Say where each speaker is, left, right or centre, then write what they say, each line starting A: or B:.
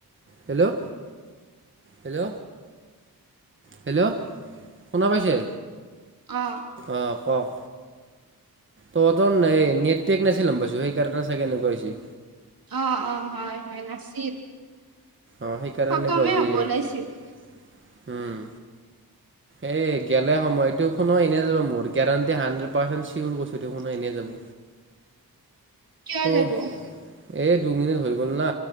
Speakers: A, on the right (about 30°); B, on the right (about 65°).
A: hello, hello. Hello, শুনা পাইছে?
B: অ
A: অঁ', কওক। তহঁতৰ এই, নেটপেক নাছিল গ'ম পাইছো, সেইকাৰণে চাগে এনেকুৱা হৈছে।
B: অঁ' অঁ', হয়-হয়, নাছিল।
A: অ', সেইকাৰণে
B: খতমে
A: এনেকুৱা হৈছে।
B: হ'ব ওলাইছিল
A: উম। এই, গেলা সময়টো ফোনো এনেই যাব মোৰ, গেৰাণ্টি, হাণ্ড্ৰেড পাৰ্চেণ্ট চিঅৰ কৈছো টো এনেই যাব।
B: কিয়
A: অ',
B: যাব
A: এই দুমিনিট হৈ গ'ল না।